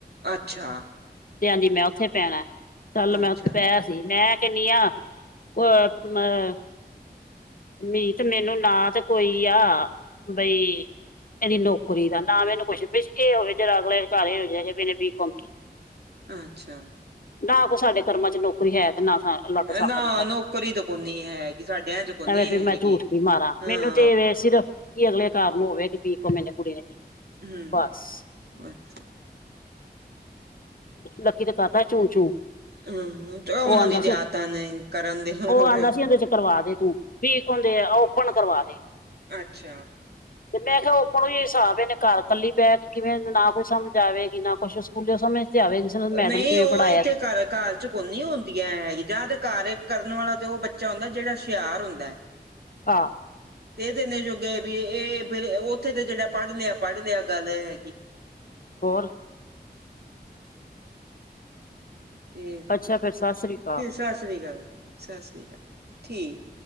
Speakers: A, on the right; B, on the left.
A: ਅੱਛਾ
B: ਤੇ ਆਉਂਦੀ ਮੈਂ ਉੱਥੇ ਪੈਣਾ, ਚੱਲ
A: ਅੱਛਾ
B: ਮੈਂ ਉੱਥੇ ਪੈ ਸੀ ਮੈਂ ਕਹਿੰਨੀ ਆ ਅ ਮੇ, ਮੀਤ ਮੈਨੂੰ ਨਾ ਤੇ ਕੋਈ ਆ, ਬਈ ਇਹਦੀ ਨੌਕਰੀ ਦਾ ਨਾ ਮੈਨੂੰ ਕੁੱਛ ਵੀ ਇਹ ਹੋਵੇ ਜਰਾ ਅਗਲੇ ਘਰ ਇਹ ਹੋ ਜਾਵੇ ਵੀ ਇਹਨੇ ਬੀਕੌਮ ਕੀਤੀ
A: ਅੱਛਾ
B: ਨਾ ਕੋਈ ਸਾਡੇ ਕਰਮਾਂ 'ਚ ਨੌਕਰੀ ਹੈ ਤੇ ਨਾ ਲੱਗ ਸਕਦੀ
A: ਨਾ
B: ਸਾਡੀ,
A: ਨੌਕਰੀ ਤਾਂ ਕੋਨੀ ਹੈਗੀ ਸਾਡਿਆਂ ਚ ਕੋਨੀ
B: ਐਵੇਂ ਵੀ
A: ਹੈਗੀ
B: ਮੈਂ ਝੂਠ ਵੀ ਮਾਰਾ
A: ਹਾਂ
B: ਏ ਸਿਰਫ, ਕੀ ਅਗਲੇ ਘਰ ਨੂੰ ਹੋਵੇ ਕਿ ਵੀਕੋਮ ਏਨੇ ਕੁੜੀ ਨੇ ਕੀਤੀ
A: ਹਮ,
B: ਬਸ
A: ਅਛਾ
B: ਲੱਕੀ ਤੇ ਕਰਦਾ ਏ ਚੂੰ -ਚੂੰ
A: ਹਮ ਚਲੋ
B: ਉਹ
A: ਉਹਨਾਂ
B: ਆਉਂਦਾ
A: ਦੀ ਤੇ
B: ਸੀ,
A: ਆਦਤਾਂ ਨੇ ਕਰਨ ਦੇ ਹੋਰ
B: ਉਹ ਆਉਂਦਾ ਸੀ ਇਹਦੇ 'ਚ ਕਰਵਾ ਦੇ ਤੂੰ ਵੀਕੋਮ ਦੇ ਆ ਓਪਨ ਕਰਵਾ ਦੇ
A: ਅੱਛਾ
B: ਤੇ ਮੈਂ ਕਿਹਾ ਉਪਨ ਹੀ ਹਿਸਾਬ ਨੇ ਘਰ ਕੱਲੀ ਬਹਿ ਕੇ ਕਿਵੇਂ ਨਾ ਕੋਈ ਸਮਝ ਆਵੇਗੀ ਨਾ ਕੁਛ ਸਕੂਲੇ ਸਮਝ <inaudible>
A: ਨਹੀਂ
B: ਕਿਵੇਂ
A: ਉਹ
B: ਪੜ੍ਹਾਇਆ
A: ਇੱਥੇ ਘਰ, ਘਰ ਚੁ ਹੁਣ ਨੀ ਹੁੰਦੀਆਂ ਹੈਗੀ, ਜਾਂ ਤੇ ਘਾਰ ਕਰਨ ਵਾਲਾ ਤੇ ਉਹ ਬੱਚਾ ਹੁੰਦਾ ਜਿਹੜਾ ਸ਼ਿਆਰ ਹੁੰਦਾ ਐ।
B: ਆ
A: ਤੇ ਜਿੰਨੇ ਜੋੁਗੇ ਵੀ ਇਹ ਫਿਰ ਉੱਥੇ ਤੇ ਜਿਹੜਾ ਪੜ੍ਹ ਲਿਆ ਪੜ੍ਹ ਗੱਲ ਹੈਗੀ
B: ਹੋਰ
A: ਇਹ,
B: ਅੱਛਾ ਫਿਰ ਸਤਿ ਸ੍ਰੀ ਅਕਾਲ
A: ਫਿਰ ਸਤਿ ਸ੍ਰੀ ਅਕਾਲ ਸਤਿ ਸ੍ਰੀ ਅਕਾਲ ਜੀ, ਠੀਕ